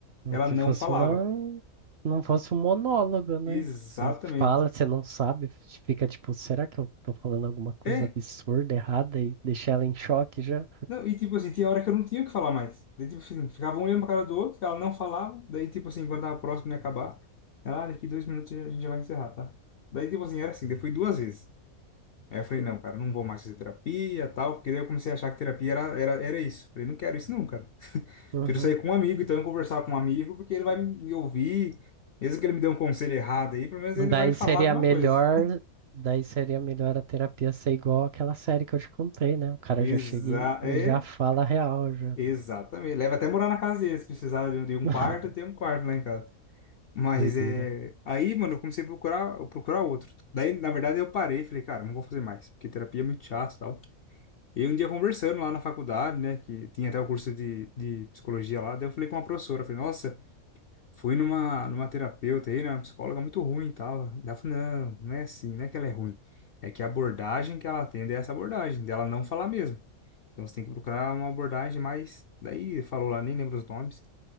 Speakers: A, on the left (about 70°); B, on the right (about 60°).
A: ela
B: Que
A: não
B: fosse
A: falava.
B: uma. Não fosse um monólogo, né?
A: Exatamente.
B: Você fala, você não sabe, fica tipo, será que eu tô falando alguma coisa
A: É,
B: absurda, errada e deixa ela em choque já?
A: não, e tipo assim, tinha hora que eu não tinha o que falar mais. Daí, tipo assim, ficava um olhando pra cara do outro, ela não falava, daí, tipo assim, quando tava próximo de acabar, ela, ah, daqui dois minutos a gente já vai encerrar, tá? Daí, tipo assim, era assim, daí fui duas vezes. Aí eu falei, não, cara, não vou mais fazer terapia tal, porque daí eu comecei a achar que terapia era, era, era isso. Falei, não quero isso não, cara.
B: Uhum.
A: Prefiro sair com um amigo, então eu conversar com um amigo, porque ele vai me ouvir. Mesmo que ele me dê um conselho errado aí, pelo menos ele
B: Daí
A: vai falar
B: seria
A: alguma
B: melhor,
A: coisa. <laughs>
B: daí seria melhor a terapia ser igual aquela série que eu te contei, né? O cara
A: Exa
B: já chega e e
A: é,
B: já fala a real já.
A: exatamente. Leva até morar na casa dele, se precisar de um de um
B: <laughs>
A: quarto, tem um quarto lá em casa. Mas
B: Doideira.
A: é. Aí, mano, eu comecei a procurar, procurar outro. Daí, na verdade, eu parei, e falei, cara, não vou fazer mais, porque terapia é muito chato e tal. E um dia conversando lá na faculdade, né, que tinha até o curso de, de psicologia lá, daí eu falei com uma professora, eu falei, nossa, fui numa, numa terapeuta aí, né, uma psicóloga muito ruim e tal. Daí Ela falou, não, não é assim, não é que ela é ruim, é que a abordagem que ela atende é essa abordagem, dela não falar mesmo. Então você tem que procurar uma abordagem mais. Daí falou lá, nem lembro os nomes.